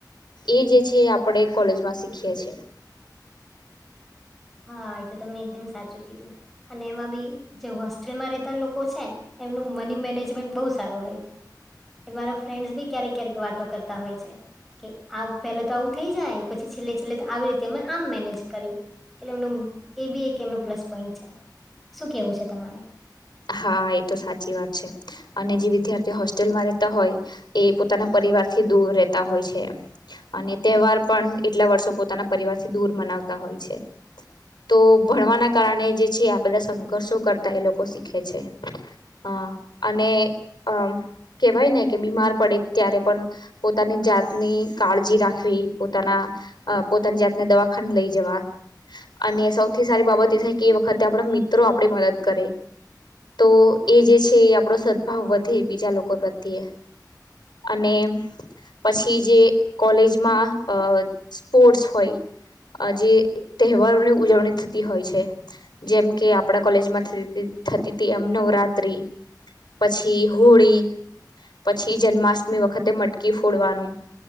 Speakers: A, on the left; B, in the centre.
A: એ જે છે આપણે કોલેજમાં શીખીએ છે.
B: હા એ તો તમે એકદમ સાચું કીધું અને એમાં બી જે હોસ્ટેલમાં રહેતા લોકો છે એમનું મની મેનેજમેન્ટ બહુ સારું હોય છે એ મારો ફ્રેન્ડસ બી ક્યારેક ક્યારેક વાતો કરતા હોય છે. કે આ પેલા તો આવું થઈ જાય પછી છેલ્લે છેલ્લે આવી રીતે અ આમ મેનેજ કર્યું. એટલે એમનું એ બી એક એમનું પ્લસ પોઈન્ટ છે શું કેવું છે તમારે.
A: હા એ તો સાચી વાત છે. અને જે વિદ્યાર્થી હોસ્ટેલમાં રહેતા હોય એ પોતાના પરિવારથી દૂર રહેતા હોય છે. અને તહેવાર પણ એટલા વર્ષો પોતાના પરિવારથી દૂર મનાવતા હોય છે. તો ભણવાના કારણે જે છે આ બધા સંઘર્ષો કરતા એ લોકો શીખે છે. હા અને અ કેહેવાય ને કે બીમાર પડે ત્યારે પણ પોતાની જાતની કાળજી રાખવી પોતાના અ પોતાની જાતને દવાખાને લઈ જવા. અને સૌથી સારી બાબત એ થાય કે એ વખતે આપણા મિત્રો આપણી મદદ કરે. તો એ જે છે એ આપણો સદભાવ વધે બીજા લોકો પ્રત્યે. અને. પછી જે કોલેજમાં અ સ્પોર્ટસ હોય અ જે તહેવારોની ઉજવણી થતી હોય છે જેમ કે આપણા કોલેજમાં થ <unintelligible> થતી હતી એમ નવરાત્રિ. પછી હોળી પછી જન્માષ્ટમી વખતે મટકી ફોડવાનું.